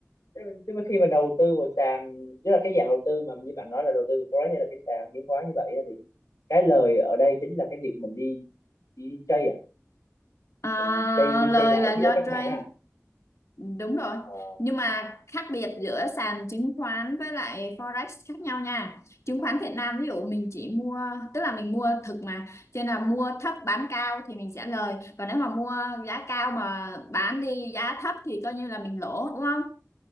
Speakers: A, on the left; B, on the left.
A: chứ, mà khi mà đầu tư vào sàn tức là cái dạng đầu tư mà như bạn nói là đầu tư vào forex hay là cái sàn chứng khoán như vậy á, thì cái lời ở đây chính là cái việc mình đi đi chơi à
B: à,
A: mình chơi đi
B: lời
A: chơi lại
B: là
A: giữa
B: do
A: các
B: trade
A: mã à
B: đúng rồi
A: Ờ,
B: nhưng mà khác biệt giữa sàn chứng khoán với lại forex khác nhau nha chứng khoán Việt Nam ví dụ mình chỉ mua tức là mình mua thực mà cho nên là mua thấp bán cao thì mình sẽ lời còn nếu mà mua giá cao mà bán đi giá thấp thì coi như là mình lỗ đúng không